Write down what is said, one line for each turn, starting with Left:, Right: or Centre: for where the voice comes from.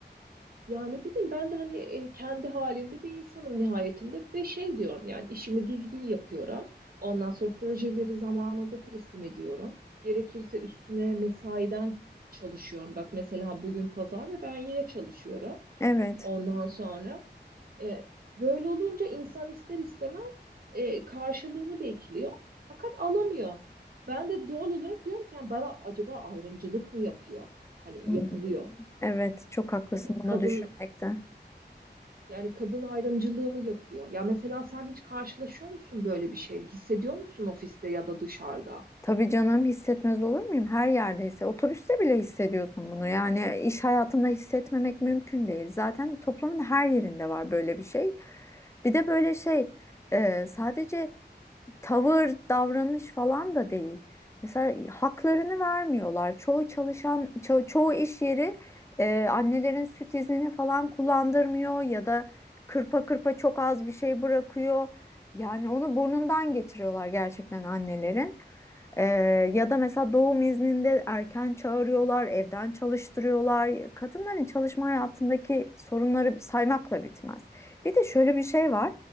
Right: Ya ne bileyim ben de hani e, kendi halinde bir insanım nihayetinde ve şey diyorum yani işimi düzgün yapıyorum. Ondan sonra projeleri zamanında teslim ediyorum. Gerekirse üstüne mesaiden çalışıyorum. Bak mesela bugün pazar ve ben yine çalışıyorum.
Left: Evet.
Right: Ondan sonra e, böyle olunca insan ister istemez e, karşılığını bekliyor fakat alamıyor. Ben de doğal olarak diyorum ki yani bana acaba ayrımcılık mı yapıyor? Hani
Left: Hmm.
Right: yapılıyor.
Left: Evet, çok haklısın
Right: Hani
Left: bunu
Right: kadın
Left: düşünmekte.
Right: yani kadın ayrımcılığı mı yapıyor? Ya mesela sen hiç karşılaşıyor musun böyle bir şeyle? Hissediyor musun ofiste ya da dışarıda?
Left: Tabii canım hissetmez olur muyum? Her yerdeyse. Otobüste bile hissediyorsun bunu. Yani iş hayatında hissetmemek mümkün değil. Zaten toplumun her yerinde var böyle bir şey. Bir de böyle şey e, sadece tavır, davranış falan da değil. Mesela haklarını vermiyorlar. Çoğu çalışan, ço- çoğu iş yeri e, annelerin süt iznini falan kullandırmıyor ya da kırpa kırpa çok az bir şey bırakıyor. Yani onu burnundan getiriyorlar gerçekten annelerin. Ee, ya da mesela doğum izninde erken çağırıyorlar, evden çalıştırıyorlar. Kadınların çalışma hayatındaki sorunları saymakla bitmez. Bir de şöyle bir şey var.